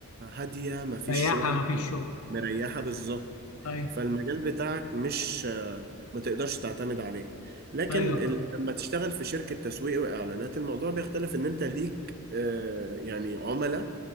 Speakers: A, on the right; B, on the left.
A: هادية مفيش
B: سياحة
A: شغل
B: ما فيش شغل
A: مريحة بالظبط
B: ايوه
A: فالمجال بتاعك مش آه، ما تقدرش تعتمد عليه لكن
B: ايوه
A: ال...
B: فاهم.
A: لما تشتغل في شركة تسويق وإعلانات الموضوع بيختلف إن أنت ليك آه، يعني عملاء